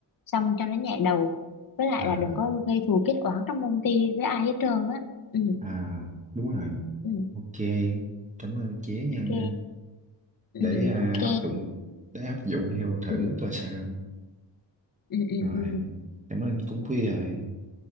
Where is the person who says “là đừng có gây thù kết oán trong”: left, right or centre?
Left